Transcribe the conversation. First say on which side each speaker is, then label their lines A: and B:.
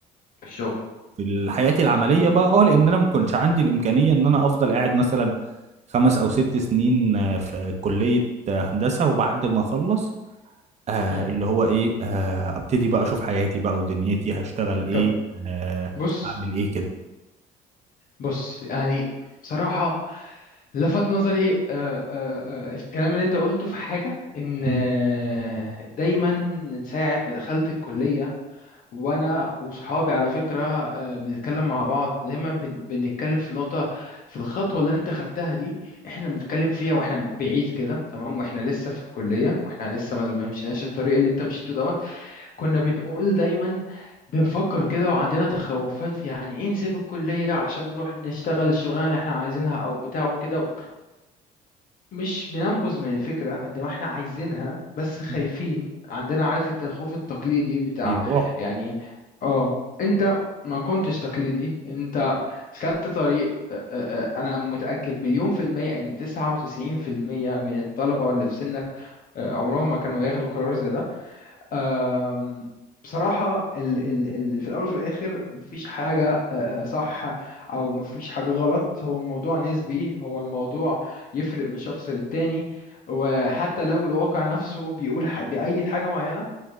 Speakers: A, on the left (about 55°); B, on the right (about 40°).
A: الشغل
B: في حياتي العملية بقى اه لان انا ما كنتش عندي الامكانية ان انا افضل قاعد مثلا خمس او ست سنين آه، في كلية آه، هندسة وبعد ما اخلص آه
A: مم.
B: اللي هو ايه آه ابتدي بقى اشوف حياتي بقى ودنيتي هشتغل ايه
A: طب
B: آه
A: بص
B: اعمل ايه كده
A: بص يعني بصراحة لفت نظري آه آه آه الكلام اللي انت قلته في حاجة ان آه،
B: م-
A: دايما من ساعة ما دخلت الكلية وانا وصحابي على فكره آه، بنتكلم مع بعض دايما بن- بنتكلم في نقطه في الخطوه اللي انت خدتها دي احنا بنتكلم فيها واحنا بعيد كده تمام واحنا لسه في الكليه واحنا لسه ما ما مشيناش الطريق اللي انت مشيته دوت كنا بنقول دايما بنفكر كده وعندنا تخوفات يعني ايه نسيب الكليه عشان نروح نشتغل الشغلانه اللي احنا عايزينها او بتاع وكده مش بننبذ من الفكرة قد ما احنا عايزينها بس خايفين
B: م.
A: عندنا عارف انت الخوف التقليدي بتاع
B: هي روح
A: يعني اه انت ما كنتش تقليدي انت خدت طريق اه، اه، اه، انا متأكد مليون في المية ان تسعة وتسعين في المية من الطلبة اللي في سنك اه، عمرهم ما كانوا ياخدوا قرار زي ده أم، بصراحة ال ال ال في الأول وفي الآخر مفيش حاجة أ- أ، صح أو مفيش حاجة غلط هو الموضوع نسبي هو الموضوع يفرق من شخص للتاني وحتى لو الواقع نفسه بيقول ح- بيأيد حاجة معينة